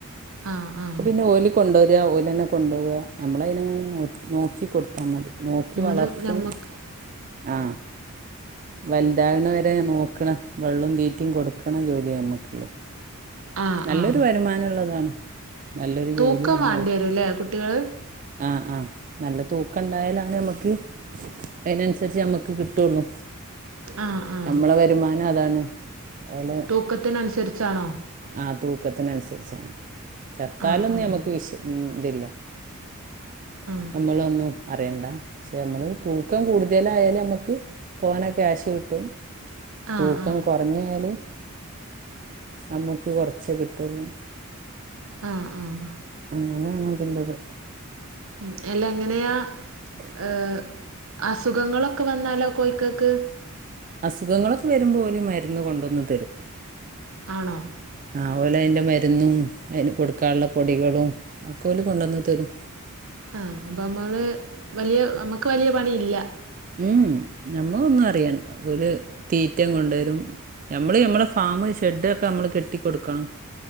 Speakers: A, on the right (about 65°); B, on the right (about 40°).
A: ആ ആ
B: ഇപ്പൊ പിന്നെ ഓല് കൊണ്ടരാ ഓലനെ കൊണ്ടോവാ നമ്മളയ്യിനെങ്ങ്ങനെ നോക്കി കൊടുത്താൽ മതി. നോക്കി
A: നമ്മത്
B: വളർത്തണആ
A: നമുക്ക്
B: വലുതാവുന്ന വരെ നോക്കണ വെള്ളവും തീറ്റിയും കൊടുക്കണം ജോലിയേ നമുക്കുള്ളൂ.
A: ആ
B: നല്ലൊരു
A: ആ
B: വരുമാനം ഉള്ളതാണ് നല്ലൊരു ജോലിയാണ്
A: തൂക്കം വേണ്ടി
B: അത്.
A: വരും അല്ലേ കുട്ടികൾ
B: ആഹ് ആഹ നല്ല തൂക്ക ഉണ്ടായാലാണ് നമ്മക്ക് അതിനനുസരിച്ച് നമ്മക്ക് കിട്ടുള്ളു.
A: ആ ആ
B: നമ്മളെ വരുമാനം അതാണ്ഒലെ
A: തൂക്കത്തിനനുസരിച്ചാണോ?
B: ആ തൂക്കത്തിനനുസരിച്ചാണ് ചത്താലൊന്ന്
A: ആ ആ
B: ഞമക്ക് വിശ മ് ഇതില്ല
A: ആ
B: നമ്മളൊന്നും അറിയണ്ട പക്ഷേ നമ്മൾ തൂക്കം കൂടുതലായാൽ നമുക്ക് തോന ക്യാഷ് കിട്ടും
A: ആ
B: തൂക്കം
A: ആ
B: കുറഞൊയാൽ നമ്മക്ക് കുറച്ചേ കിട്ടുള്ളൂ.
A: ആഹ ആഹ
B: അങ്ങനെയാണ് അതിൻറത്
A: ഉ അല്ല എങ്ങനെയാ ഏ അസുഖങ്ങളൊക്കെ വന്നാലോ കോഴക്കോക്ക്
B: അസുഖങ്ങളൊക്കെ വരുമ്പോഓല് മരുന്ന് കൊണ്ടുവന്ന് തരും.
A: ആണോ?
B: ആഒലെ അയിന്റെ മരുന്നും അതിന് കൊടുക്കാള്ള പൊടികളും ഒക്കെ ഓല് കൊണ്ടൊന്നുതരും.
A: ആഹ അപ്പൊ നമ്മള് വലിയ നമ്മുക്ക് വലിയ പണി ഇല്ല.
B: മ് മ് നമ്മ ഒന്നും അറിയണ്ട ഓല് തീറ്റം കൊണ്ടുരും ഞമ്മള് ഞമ്മളെ ഫാമു ഷെഡ്ക്കെ ഞമ്മള് കെട്ടി കൊടുക്കണം